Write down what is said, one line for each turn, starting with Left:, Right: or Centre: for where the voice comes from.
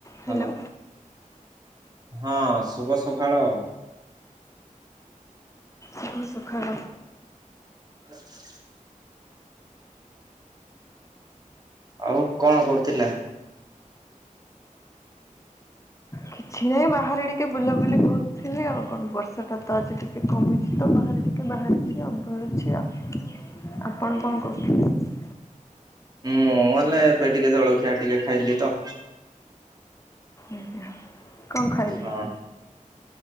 Left: ହ୍ୟାଲୋ
Right: Hello, ହଁ ଶୁଭ ସଖାଳ।
Left: ଶୁଭ ସଖାଳ।
Right: <inaudible> ଆଉ କଣ କରୁଥିଲେ?
Left: କିଛି ନାହିଁ ବାହାରେ ଟିକେ ବୁଲାବୁଲି କରୁଥିଲି ଆଉ। କଣ ବର୍ଷାଟା ତ ଆଜି ଟିକେ କମିଛି ତ ବାହାରେ ଟିକ କି ବାହାରିଛି ଆଉ ବୁଲୁଛି ଆଉ। ଆପଣ
Right: ହୁଁ
Left: କଣ କରୁଛନ୍ତି?
Right: ମୁଁ ହେଲେ ଏବେ ଟିକେ ଜଳଖିଆ ଟିକେ ଖାଇଲି ତ।
Left: ଆଜ୍ଞା। କଣ ଖାଇଲେ?
Right: ହଁ।